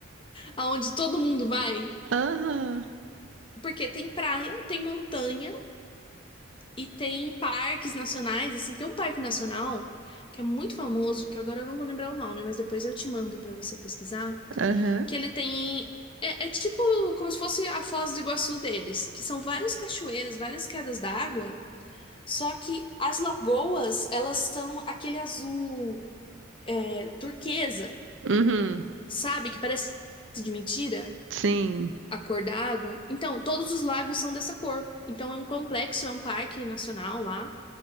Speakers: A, on the left; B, on the right.
A: Aonde todo mundo vai,
B: Aham.
A: porque tem praia, tem montanha. E tem parques nacionais, assim, tem um parque nacional que é muito famoso, que agora eu não vou lembrar o nome, mas depois eu te mando pra você pesquisar,
B: Aham.
A: que ele tem é, é tipo como se fosse a Foz do Iguaçu deles, que são várias cachoeiras, várias quedas d'água, só que as lagoas, elas são aquele azul é, turquesa,
B: Uhum.
A: sabe? Que parece de mentira.
B: Sim.
A: A cor da água. Então, todos os lagos são dessa cor. Então, é um complexo, é um parque nacional lá